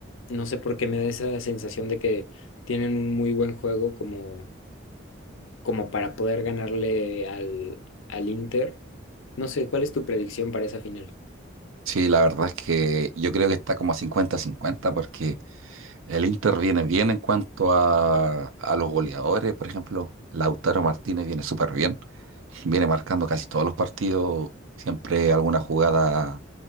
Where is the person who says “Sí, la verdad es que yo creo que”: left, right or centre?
Right